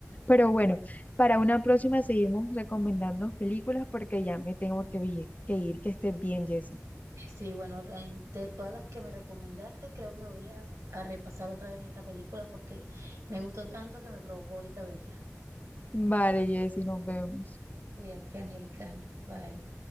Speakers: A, on the left; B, on the right.
A: Pero bueno, para una próxima seguimos recomendando películas porque ya me tengo que, vi- que ir, que estés bien, Jessy.
B: Sí, sí, bueno, en- de todas las que me recomendaste, creo que voy a, a repasar otra vez esta película porque me gustó tanto que me provocó ahorita verla.
A: Vale, Jessy, nos vemos.
B: Cuídate, Angélica. Bye.